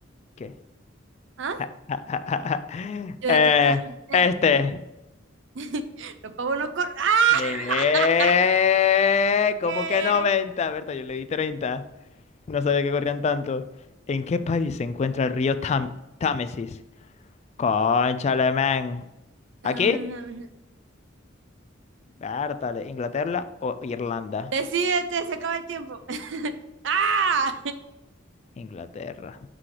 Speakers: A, on the left (about 35°); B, on the right (about 65°).
A: ¿Qué?
B: ¿Ah?
A: <laughs>
B: Yo
A: Eh,
B: de que. ah, mm, eh,
A: este.
B: mm. <laughs> Los pavos no corren. ¡Ah!
A: ¿Qué? ¿Cómo
B: <laughs> ¿Qué?
A: que 90? Berta, yo le di 30. No sabía que corrían tanto. ¿En qué país se encuentra el río Tam- Támesis? Cónchale, man. ¿Aquí?
B: <laughs>
A: Vértale, ¿Inglaterra o Irlanda?
B: Decídete, se acaba el tiempo. <laughs> ¡Ah!
A: Inglaterra.